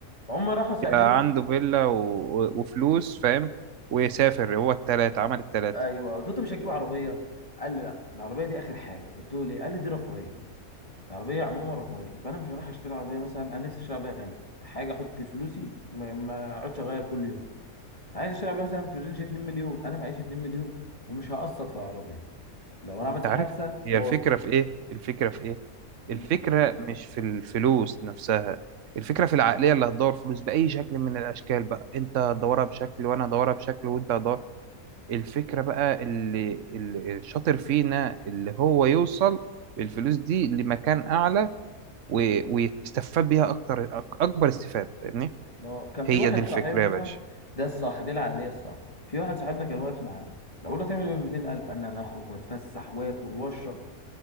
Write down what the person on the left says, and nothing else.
هم راحوا سائلين
ايوه قلت له انت مش هتجيب عربيه قال لي لا العربيه دي اخر حاجه قلت له ليه قال لي دي رفاهيه العربيه عموما رفاهيه فانا مش هروح اشتري عربيه مثلا انا نفسي اشتري عربيه غاليه حاجه احط فلوسي ما ما اقعدش اغير كل يوم عايز اشتري عربيه مثلا في رينج 2 مليون انا معيش 2 مليون ومش هقسط في العربيه لو انا عملت
حادثه
باظت
مم.
اه كان
في واحد
صاحبنا
ده الصح دي العقليه الصح في واحد صاحبنا كان واقف معانا لو قلنا تعمل ب 200000 قال لي انا هخرج واتفسح واكل واشرب